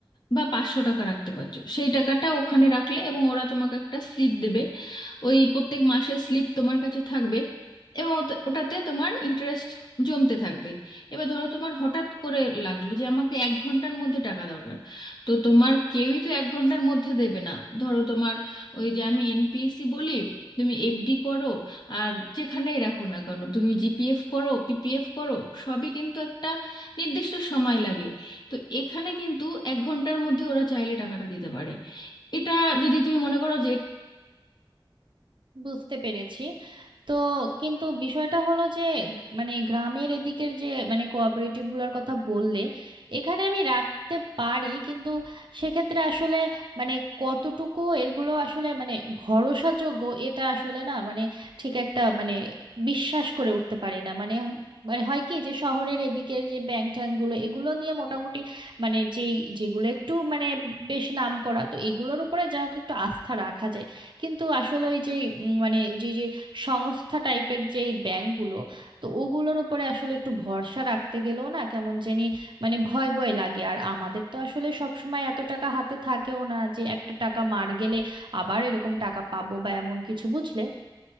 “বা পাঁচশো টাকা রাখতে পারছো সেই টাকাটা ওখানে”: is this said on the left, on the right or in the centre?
Left